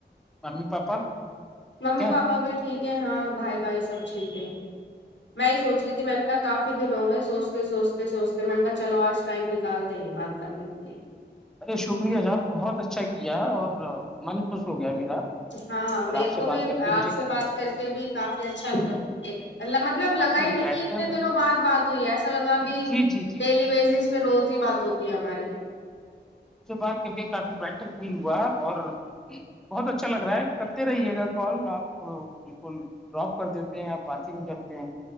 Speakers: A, in the centre; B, on the left.
A: ممی پاپا
B: ممی
A: ٹھیک ہے
B: پاپا بھی ٹھیک ہے ہاں بھائی بھائی سب ٹھیک ہے میں سوچ رہی تھی میں نے کہا کافی دنوں گئے سوچتے سوچتے سوچتے تو میں نے کہا چلو آج ٹائم نکالتے ہیں بات کرنے کے لیے
A: ارے شکریہ صاحب بہت اچھا کیا اور من خوش ہو گیا میرا
B: ہاں
A: اور
B: میرے
A: آپ سے
B: کو بھی
A: بات کر کے مجھے
B: آپ سے بات کر کے بھی کافی اچھا لگا ایک مطلب
A: کافی
B: لگ ہی
A: بیٹر
B: دھی اتنے دنوں بعد بع تو یہ ایسا لگا اب
A: جی جی جی
B: ڈیلی بیسس پہ
A: جی
B: روز ہی بات ہوتی ہے ہماری
A: اس سے بات کر کے کافی بٹر فیل ہوا اور بہت اچھا لگ رہا ہے کرتے رہیے گا کال آپ بالکل ڈراپ کر دیتے ہیں آپ باتگ کرتے ہیں